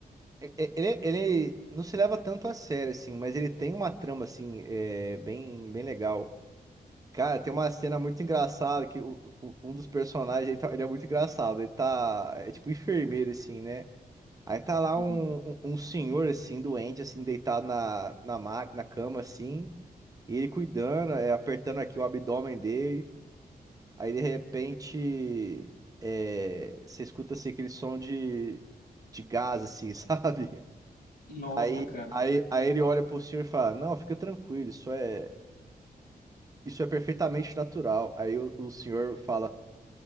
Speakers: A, on the right (about 20°); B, on the left (about 70°).
A: é- é, ele, ele não se leva tanto a sério assim, mas ele tem uma trama assim, é, bem, bem legal. Cara, tem uma cena muito engraçada que o- o- um dos personagens, ele, tá- ele é muito engraçado, ele tá, é tipo enfermeiro assim, né? Aí tá lá
B: Sim.
A: um, um, um senhor assim, doente assim, deitado na, na, ma- na cama assim. E ele cuidando, é, apertando aqui o abdômen dele. Aí de repente é, você escuta assim, aquele som de, de gás, assim, <laughs> sabe?
B: Nossa,
A: Aí,
B: cara.
A: aí, aí ele olha pro senhor e fala: Não, fica tranquilo, isso é, isso é perfeitamente natural. Aí o, o senhor fala: